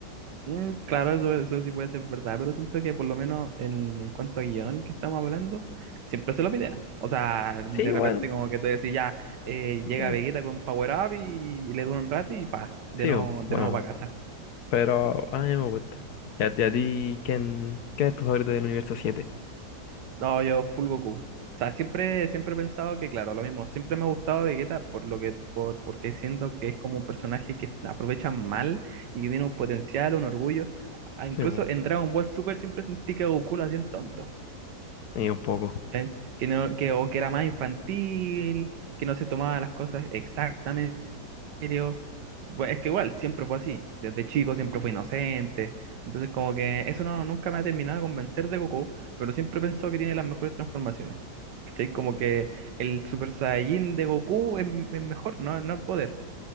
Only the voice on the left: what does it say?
Sí,
bueno.
Eh,
sí,
o-
bueno,
pero a mí me gusta. ¿Y a, y a ti quién, qué es tu favorito del universo siete
Sí, po.
Y un poco,